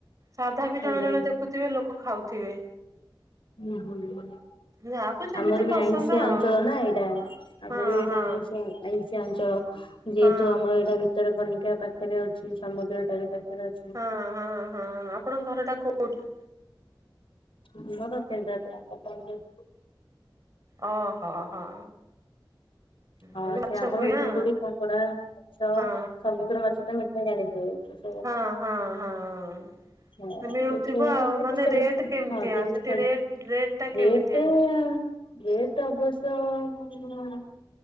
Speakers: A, on the right (about 40°); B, on the left (about 85°).
A: ସାଧା ବି ଜଣେ
B: ଆଜ୍ଞା
A: ଜଣେ ଦେଖୁଥିବେ ଲୋକ ଖାଉଥିବେ।
B: ହୁଁହୁଁ
A: ଯାହାକୁ ଯେମିତି
B: ଆମର ବି
A: ପସନ୍ଦ
B: ଆଇଁଷିଆ
A: ଆଉ
B: ଅଞ୍ଚଳ ନା ଏଇଟା, ଆମର
A: ହଁ
B: ଏଇଟା
A: ହଁ
B: ଆଇଁଷ୍ <inaudible> ଆଁଇଷିଆ ଅଞ୍ଚଳ ଯେହେତୁ
A: ହଁ
B: ଆମର ଏଇଟା ବି ଭିତରକନିକା ପାଖରେ ଅଛି, ସମୁଦ୍ରଟା ବି ପାଖରେ ଅଛି।
A: ହଁ-ହଁ-ହଁ, ଆପଣଙ୍କ ଘରଟା କୋଉଠି?
B: ମୋ ଘର କେନ୍ଦ୍ରାପଡ଼ା, ପଟ୍ଟାମୁଣ୍ଡେଇ।
A: ଓହୋଃ ହଁ।
B: ହଁ
A: ମାନେ
B: ସେ
A: ମାଛ
B: ଆମର
A: ହୁଏ
B: ଚିଙ୍ଗୁଡି,
A: ନା
B: କଙ୍କଡା, ମାଛ,
A: ହଁ
B: ସମୁଦ୍ର ମାଛ ତ ମିଠା ଜାଣିଛି। <unintelligible>
A: ହଁ -ହଁ -ହଁ।
B: ହଁ
A: ମିଳୁଥିବ
B: ଏଠୁ
A: ଆଉ
B: ତିରିଶ
A: ମାନେ
B: ଚାଳିଶ
A: ରେଟ୍ କେମିତିଆ
B: ହଁ ତିରିଶ
A: ସେଠି
B: ଚାଳିଶ
A: ରେଟ୍, ରେଟଟା
B: ରେଟ୍
A: କେମିତିଆ?
B: ରେଟ୍ ଅବଶ୍ୟ ହୁଁ-ହୁଁ-ହୁଁ